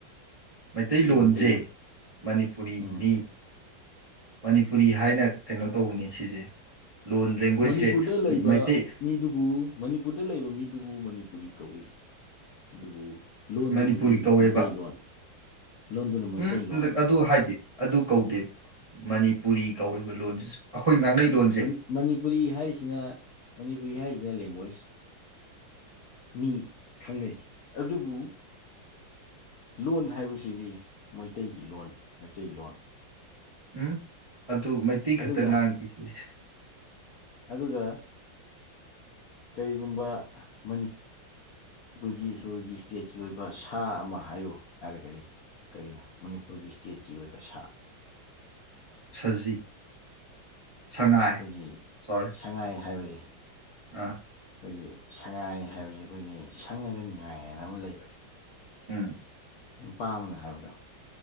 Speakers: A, on the right; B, on the left.
A: ꯃꯩꯇꯩꯂꯣꯟꯖꯦ
B: ꯁꯤ ꯃꯩꯇꯩꯂꯣꯟ
A: ꯃꯅꯤꯄꯨꯔꯤꯅꯤ
B: ꯎꯝ
A: ꯃꯅꯤꯄꯨꯔꯤ ꯍꯥꯏꯅ ꯀꯩꯅꯣ ꯇꯧꯕꯅꯤ ꯁꯤꯁꯦ ꯂꯣꯟ ꯂꯦꯡꯒ꯭ꯋꯦꯁꯁꯦ
B: ꯃꯅꯤꯄꯨꯔꯗ ꯂꯩꯕ
A: ꯃꯩꯇꯩ
B: ꯃꯤꯗꯨꯕꯨ ꯃꯅꯤꯄꯨꯔꯗ ꯂꯩꯕ ꯃꯤꯗꯨꯕꯨ ꯃꯅꯤꯄꯨꯔꯤ ꯀꯧꯋꯤ ꯑꯗꯨꯕꯨ ꯂꯣꯟꯗꯨꯕꯨꯗꯤ
A: ꯃꯅꯤꯄꯨꯔꯤ ꯀꯧꯋꯦꯕ
B: ꯃꯩꯇꯩꯂꯣꯟ ꯂꯣꯟꯗꯨꯅ ꯃꯩꯇꯩꯂꯣꯟ
A: ꯎꯝ ꯍꯟꯗꯛ ꯑꯗꯨ ꯍꯥꯏꯗꯦ ꯑꯗꯨ ꯀꯧꯗꯦꯕ ꯃꯅꯤꯄꯨꯔꯤ ꯀꯧꯋꯦꯕ ꯂꯣꯟꯁꯤꯁꯨ ꯑꯩꯈꯣꯏ ꯉꯥꯡꯅꯩ ꯂꯣꯟꯁꯦ
B: ꯃꯅꯤ ꯃꯅꯤꯄꯨꯔꯤ ꯍꯥꯏꯔꯤꯁꯤꯅ ꯃꯅꯤꯄꯨꯔꯤ ꯍꯥꯏꯔꯤꯁꯤꯅ ꯂꯦꯡꯒ꯭ꯋꯦꯁ ꯃꯤ ꯈꯪꯅꯩ ꯑꯗꯨꯕꯨ ꯂꯣꯟ ꯍꯥꯏꯕꯁꯤꯗꯤ ꯃꯩꯇꯩꯒꯤ ꯂꯣꯟ ꯃꯩꯇꯩꯂꯣꯟ
A: ꯎꯝ ꯑꯗꯨ ꯃꯩꯇꯩ ꯈꯛꯇ
B: ꯑꯗꯨꯒ
A: ꯉꯥꯡꯗꯦ ꯁꯤꯁꯦ
B: ꯑꯗꯨꯒ ꯀꯔꯤꯒꯨꯝꯕ ꯃꯅꯤ ꯄꯨꯔꯒꯤ ꯏꯁꯄꯨꯔꯒꯤ ꯏꯁꯇꯦꯠꯀꯤ ꯑꯣꯏꯕ ꯁꯥ ꯑꯃ ꯍꯥꯏꯌꯨ ꯍꯥꯏꯔꯒꯗꯤ ꯀꯩꯅꯣ ꯃꯅꯤꯄꯨꯔꯒꯤ ꯏꯁꯇꯦꯠꯀꯤ ꯑꯣꯏꯕ ꯁꯥ
A: ꯁꯖꯤ ꯁꯉꯥꯏ
B: ꯑꯩꯈꯣꯏꯒꯤ
A: ꯁꯣꯔꯤ
B: ꯁꯉꯥꯏ ꯍꯥꯏꯕꯖꯦ
A: ꯑꯥ
B: ꯑꯩꯈꯣꯏꯒꯤ ꯁꯉꯥꯏ ꯍꯥꯏꯕꯁꯤ ꯑꯩꯈꯣꯏꯒꯤ ꯁꯪꯉꯒ ꯉꯥꯏꯅ ꯑꯃ ꯂꯩꯕꯅꯦ
A: ꯎꯝ
B: ꯅꯨꯄꯥ ꯑꯃꯅ ꯍꯥꯏꯕꯗꯣ